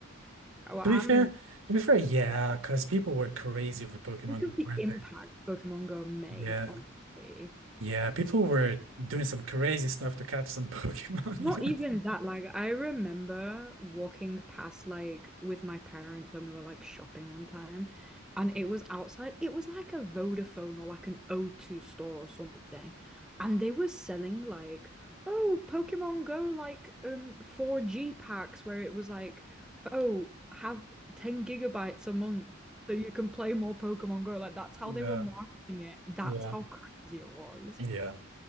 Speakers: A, in the centre; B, on the right.
A: well, I'm
B: To be fair, to be fair, yeah, because people were crazy over Pokemon
A: think of
B: Go,
A: the
B: weren't
A: impact
B: they?
A: Pokemon Go made
B: Yeah,
A: on society.
B: yeah, people were doing some crazy stuff to catch some <laughs> Pokemon.
A: Not
B: you
A: even that, like I remember walking past like with my parents when we were like shopping one time and it was outside. It was like a Vodafone or like an O two store or something. And they were selling like, oh, Pokemon Go like um 4G packs where it was like, oh, have 10 gigabytes a month so you can play more Pokemon Go. Like that's how
B: know?
A: they were marketing it. That's
B: Yeah,
A: how crazy it was.
B: yeah, yeah,